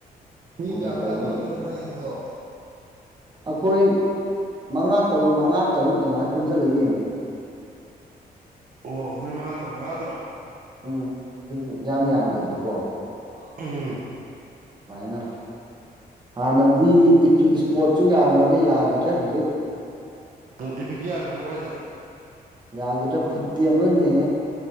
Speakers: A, on the right (about 55°); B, on the right (about 25°).
A: ꯄ
B: ꯃꯣꯅꯤꯇꯔꯗ
A: ꯀꯌꯥ ꯑꯃꯨꯛꯀꯗꯤ ꯌꯦꯡꯉꯦ
B: ꯑꯣꯏꯅ
A: ꯅꯣꯏ ꯐꯣꯏ ꯌꯦꯡꯕꯗꯣ
B: ꯑꯩꯈꯣꯏ ꯃꯉꯥ ꯇꯔꯨꯛ ꯃꯉꯥ ꯇꯔꯨꯛ ꯑꯗꯨꯃꯥꯏꯅ ꯄꯨꯟꯁꯤꯜꯂꯒ ꯌꯦꯡꯉꯦ
A: ꯑꯣ ꯅꯣꯏ ꯃꯉꯥ ꯇꯔꯨꯛ ꯃꯉꯥ ꯇꯔꯨꯛ
B: ꯎꯝ ꯌꯥꯝ ꯌꯥꯝꯗꯕꯤꯀꯣ
A: ꯎꯝ
B: ꯃꯥꯏꯅ ꯍꯥꯟꯅꯗꯤ ꯏꯄꯤꯛ ꯏꯁꯄꯣꯠꯁꯨ ꯌꯥꯔꯝꯕꯅꯦ ꯌꯥꯈꯤꯗ꯭ꯔꯦ ꯍꯧꯖꯤꯛ
A: ꯎꯝ ꯏ ꯄꯛ ꯌꯥꯒꯗ꯭ꯔ ꯄ ꯍꯥꯏꯖꯦ
B: ꯌꯥꯈꯤꯗ꯭ꯔꯦ ꯐꯨꯠꯇꯤ ꯑꯃ ꯂ ꯌꯦꯡꯉꯦ